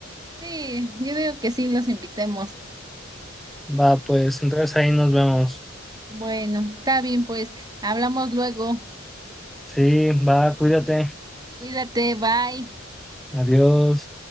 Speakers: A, on the right; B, in the centre.
A: Sí, yo digo que sí, los invitemos.
B: Va, pues, entonces ahí nos vemos.
A: Bueno, está bien, pues hablamos luego.
B: Sí, va, cuídate.
A: Cuídate, bye.
B: Adiós.